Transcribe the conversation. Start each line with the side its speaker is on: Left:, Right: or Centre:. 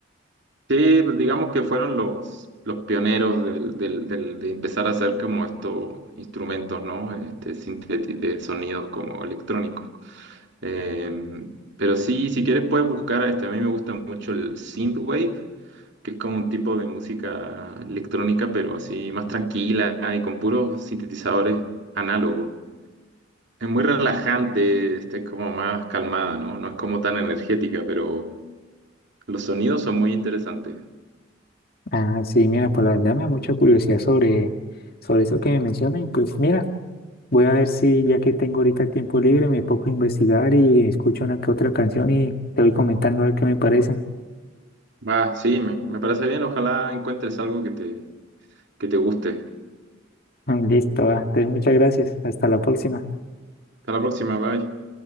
Right: Sí, pues digamos que fueron los, los pioneros del, del- del- de empezar a hacer como estos instrumentos, ¿no? Este, sinteti- de sonidos como electrónicos. Em, pero sí, si quieres puedes buscar, este, a mí me gusta mucho el synthwave, que es como un tipo de música electrónica, pero así más tranquila y con puros sintetizadores análogos. Es muy relajante, este, como más calmada, ¿no? No es como tan energética, pero los sonidos son muy interesantes.
Left: Ah, sí, mira, pues la verdad me da mucha curiosidad sobre, sobre eso que me mencionas y pues mira, voy a ver si ya que tengo ahorita el tiempo libre me pongo a investigar y escucho una que otra canción y te voy comentando a ver qué me parece. <laughs>
Right: Va, sí, me, me parece bien. Ojalá encuentres algo que te, que te guste.
Left: Mm, Listo, ah, entonces muchas gracias, hasta la próxima.
Right: Hasta la próxima, bye.